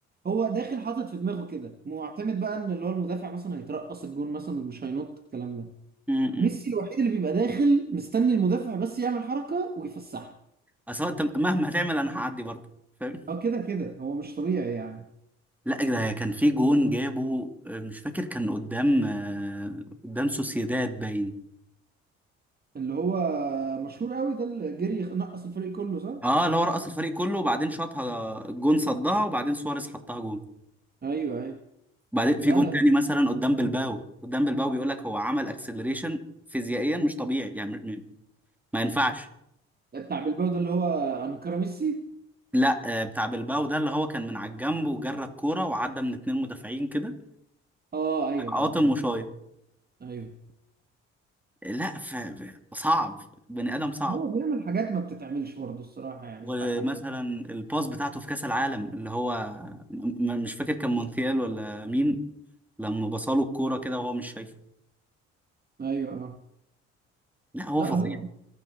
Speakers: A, on the right; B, in the centre.
A: هو داخل حاطط في دماغه كده معتمد بقى ان اللي هو المدافع مثلا هيترقص الجون مثلا مش هينط الكلام ده
B: امم
A: ميسي الوحيد اللي بيبقى داخل مستني المدافع بس يعمل حركة ويفسحها
B: اصل هو انت مهما هتعمل انا هعدي برضه فاهم
A: اه كده كده هو مش طبيعي يعني
B: لا ده كان في جون جابه آه، مش فاكر كان قدام آه، قدام سوسيداد باين
A: اللي هو مشهور قوي ده اللي جري يخ- نقص الفريق كله صح؟
B: اه اللي هو رقص الفريق كله وبعدين شاطها الجون صدها وبعدين سواريز حطها جون
A: ايوه ايوه
B: بعدين في
A: لا
B: جون
A: لا
B: تاني مثلا قدام بلباو قدام بلباو بيقول لك هو عمل اكسلريشن فيزيائيا مش طبيعي يعني م- م- ما ينفعش
A: بتاع بلباو ده اللي هو انكر ميسي
B: لا آه، بتاع بلباو ده اللي هو كان من على الجنب وجرى الكوره وعدى من اتنين مدافعين كده
A: اه ايوه
B: قاطم
A: ايوه ايوه
B: وشايط
A: ايوه
B: لا ف... ف- صعب بني ادم صعب
A: هو بيعمل حاجات ما بتتعملش برضه الصراحة يعني
B: ومثلا
A: الحق يتقال
B: الباس بتاعته في كاس العالم اللي هو م... م- مش فاكر كان مونتيال ولا مين لما بصاله الكوره كده وهو مش شايفه
A: ايوه اه
B: لا هو
A: لا
B: فظيع
A: هو